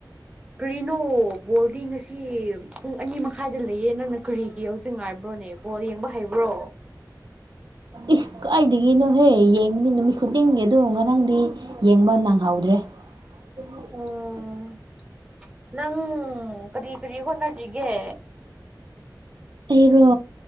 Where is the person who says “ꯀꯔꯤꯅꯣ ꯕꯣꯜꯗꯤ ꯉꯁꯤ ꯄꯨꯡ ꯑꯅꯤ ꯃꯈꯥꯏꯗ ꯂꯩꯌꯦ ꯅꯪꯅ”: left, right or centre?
Right